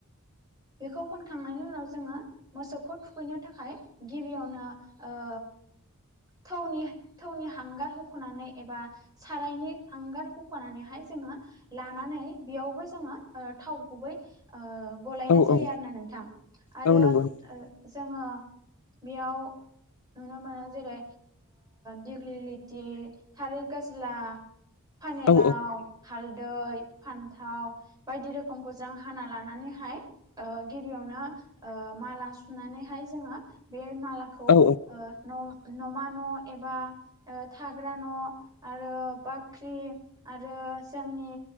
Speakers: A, on the right; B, on the left.
A: बेखौ फोनखांनायनि उनाव जोङो मोसौखौ थुखैनो थाखाय गिबियावनो ओ थौनि थौनि हांगार हुख'नानै एबा सारायनि हांगार होख'नानैहाय जोङो लानानै बेयावबो जोङो ओ थाव गुबै ओ गला
B: औ
A: जायो
B: औ
A: आरोना नोंथां आरो
B: औ नंगौ नोंथां
A: जोङो बेयाव नुनो मोनो जेरै दिगि लेथि थारै गाज्ला फानेलाव
B: औ
A: हालदै फान्थाव बायदि रोखोमखौ जों हाना लानानैहाय ओ गिबियावनो ओ माला सुनानैहाय जोङो बे मालाखौ ओ
B: औ
A: न' नमा न' एबा ओ थाग्रा न' आरो बाख्रि आरो जोंनि